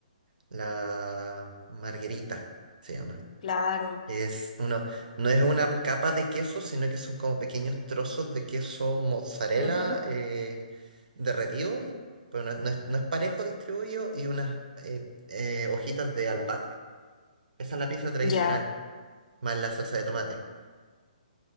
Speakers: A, on the right (about 75°); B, on the left (about 55°).
A: La marguerita se llama.
B: Claro.
A: que Es uno, no es una capa de queso, sino que son como pequeños trozos de queso mozzarella
B: Ujú.
A: eh, derretido, pero no, no es, no es parejo distribuido, y unas eh, eh, hojitas de albahaca. Esa es la pizza tradicional,
B: Ya.
A: más la salsa de tomate.